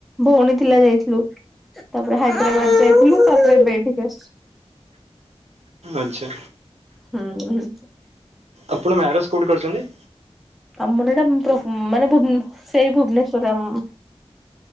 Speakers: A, in the centre; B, on the right (about 80°).
A: ଭଉଣୀ ଥିଲା ଯାଇଥିଲୁ ତାପରେ ହାଇଦ୍ରାବାଦ ଯାଇଥିଲୁ ତାପରେ ଏବେ ଏଇଠି କି ଆସିଛୁ।
B: ଆଚ୍ଛା।
A: ହୁଁ ହୁଁ।
B: ଆପଣ ମ୍ୟାରେଜ କୋଉଠି କରିଛନ୍ତି?
A: ଆମର ଏଇଟା ମାନେ ଭୁବ ସେଇ ଭୁବନେଶ୍ୱର ଉଁ।